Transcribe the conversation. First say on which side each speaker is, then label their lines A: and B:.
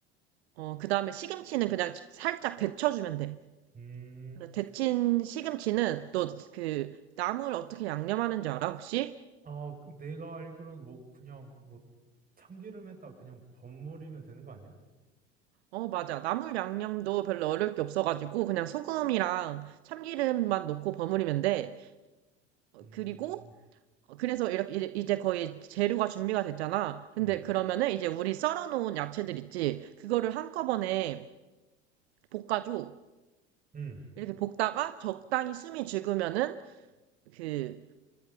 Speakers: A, on the right; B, on the right.
A: 어, 그 다음에 시금치는 그냥 살짝 데쳐주면 돼.
B: 음,
A: 근데 데친 시금치는 너 그 나물 어떻게 양념하는지 알아, 혹시?
B: 아, 그 내가 알기로는 뭐 그냥 뭐 참기름에다 그냥 버무리면 되는 거 아니야?
A: 어, 맞아. 나물 양념도 별로 어려울 게 없어가지고 그냥 소금이랑 참기름만 넣고 버무리면 돼. 어,
B: 음,
A: 그리고 어, 그래서 이렇게 이제 이제 거의 재료가 준비가 됐잖아. 근데
B: 음,
A: 그러면은 이제 우리 썰어놓은 야채들 있지? 그거를 한꺼번에 볶아줘.
B: 음,
A: 이렇게 볶다가 적당히 숨이 죽으면은 그